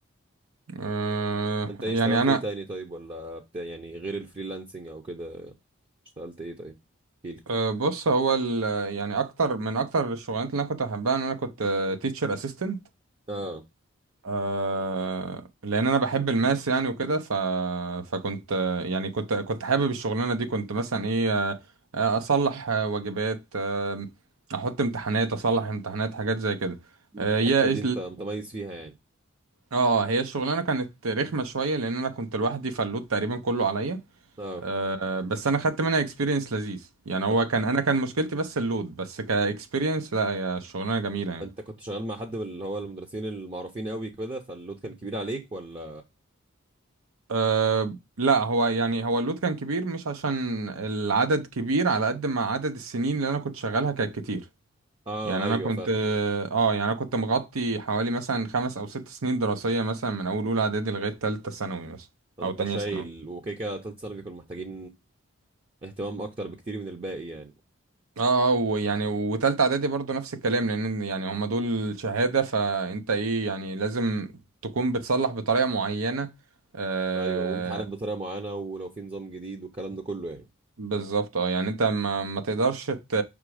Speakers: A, on the right; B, on the right.
A: آه
B: انت ايه
A: يعني
B: اشتغلت
A: انا
B: ايه تاني طيب ولا بتاع يعني غير الفريلانسنج او كده اشتغلت ايه طيب احكيلي
A: آه بص هو ال- يعني اكتر من اكتر الشغلانات اللي انا كنت بحبها ان انا كنت تيتشر اسيستنت
B: اه
A: آه لان انا بحب الماس يعني وكده ف فكنت آه، يعني كنت كنت حابب الشغلانة دي كنت مثلا ايه آه آه، اصلح آه، واجبات آه احط امتحانات اصلح امتحانات حاجات زي كده
B: الحته
A: آه، هي
B: دي انت متميز فيها يعني
A: اه هي الشغلانه كانت رخمه شويه لان انا كنت لوحدي فاللود تقريبا كله عليا
B: اه
A: آه بس انا خدت منها اكسبيرينس لذيذ يعني هو
B: انت
A: كان انا كان مشكلتي بس اللود بس كاكسبيرينس لا هي الشغلانه جميله يعني
B: انت كنت شغال مع حد من اللي هو المدرسين المعروفين قوي كده فاللود كان كبير عليك ولا
A: آه لا هو يعني هو اللود كان كبير مش عشان العدد كبير على قد ما عدد السنين اللي انا كنت شغالها كانت كتير
B: اه
A: يعني انا
B: ايوه
A: كنت
B: فاهم
A: اه يعني انا كنت مغطي حوالي مثلا خمس او ست سنين دراسيه مثلا من اول اولى اعدادي لغايه ثالثه ثانوي مثلا
B: فانت
A: او تانية
B: شايل
A: ثانوي
B: وكيكه تالت سنه بيكونوا محتاجين اهتمام اكتر بكتير من الباقي يعني
A: اه ويعني وتالتة اعدادي برضو نفس الكلام لان يعني هما دول شهادة فانت ايه يعني لازم تكون بتصلح بطريقة معينة آه
B: ايوه وامتحانات بطريقه معينه ولو في نظام جديد والكلام ده كله يعني
A: بالظبط اه يعني انت ما, ما تقدرش ت-